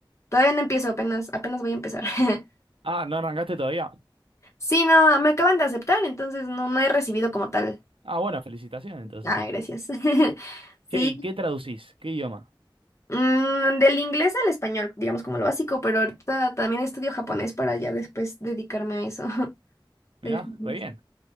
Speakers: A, on the left (about 30°); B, on the right (about 85°).
A: Todavía no empiezo, apenas, apenas voy a empezar. <laughs>
B: Ah, ¿no arrancaste todavía?
A: Sí, no, me acaban de aceptar, entonces no, no he recibido como tal.
B: Ah, bueno, felicitaciones entonces.
A: Ah, gracias. <laughs>
B: Che,
A: Sí.
B: ¿y qué traducís? ¿Qué idioma?
A: mm, del inglés al español, digamos como lo básico, pero ahorita también estudio japonés para ya después dedicarme a eso. <laughs>
B: Mirá,
A: Del japonés.
B: re bien.